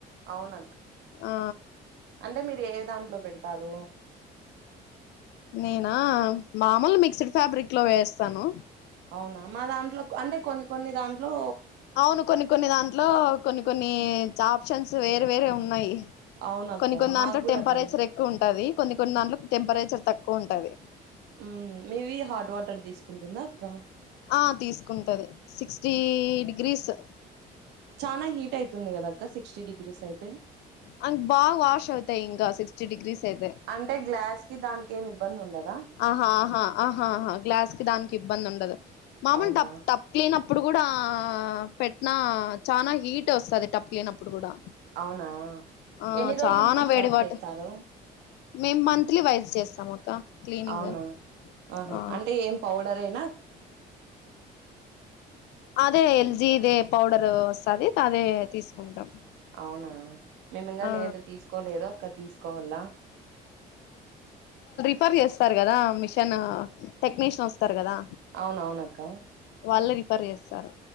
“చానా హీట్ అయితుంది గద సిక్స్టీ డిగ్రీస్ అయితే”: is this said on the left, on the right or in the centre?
Right